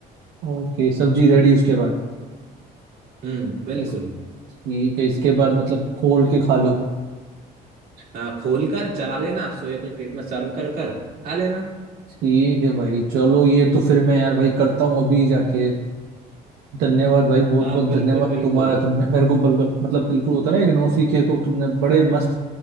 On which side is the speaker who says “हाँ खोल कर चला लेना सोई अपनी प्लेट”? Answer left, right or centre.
Right